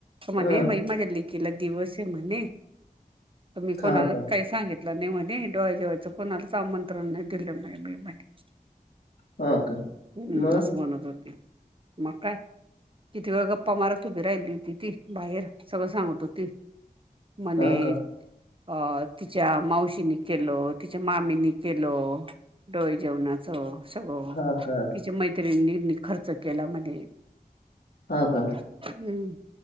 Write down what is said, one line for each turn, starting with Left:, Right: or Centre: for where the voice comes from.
Right: त म्हणे
Left: हा
Right: मई माझ्या लेखीला दिवस आहे म्हणे त मी कोणालाच
Left: हा का
Right: काय. सांगितलं नाही म्हणे डोहाळे जेवायचं कोणाला आमंत्रण नाही दिलं म मी म्हणे.
Left: हा. का
Right: हम्म
Left: मग
Right: असं म्हणत होते. मग काय किती वेळ गप्पा मारत उभी राहिली होती ती बाहेर सगळं सांगत होती. ते म्हणे.
Left: हा का
Right: अ तिच्या मावशीनी केल तिच्या मामीनी केलं. डोळे जेवणाचं सगळं
Left: हा
Right: तिच्या
Left: का
Right: मैत्रिनीनी खर्च केला म्हणे.
Left: हा का.
Right: हम्म